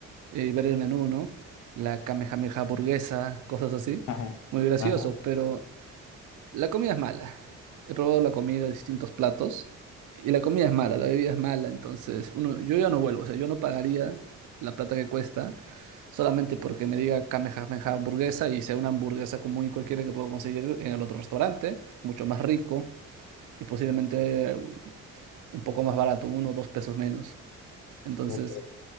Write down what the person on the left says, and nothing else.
ajá,
ajá.
Ok,